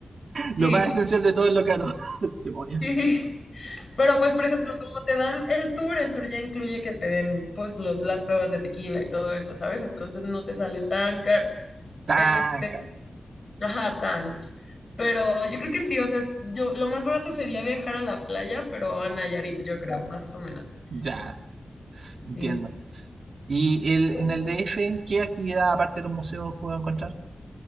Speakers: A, on the right; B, on the left.
A: Lo
B: sí,
A: más esencial de todo es lo caro. <laughs> Demonios.
B: <laughs> sí. Pero pues, por ejemplo, como te dan el tour, el tour ya incluye que te den pues los, las pruebas de tequila y todo eso, ¿sabes? Entonces no te sale tan caro.
A: Tan
B: Este,
A: caro.
B: ajá, tan. Pero yo creo que sí, o sea, es- yo lo más barato sería viajar a la playa, pero a Nayarit, yo creo, más o menos.
A: Ya,
B: Sí.
A: entiendo. ¿Y el,
B: Tú-
A: en el DF, qué actividad aparte de los museos puedo encontrar?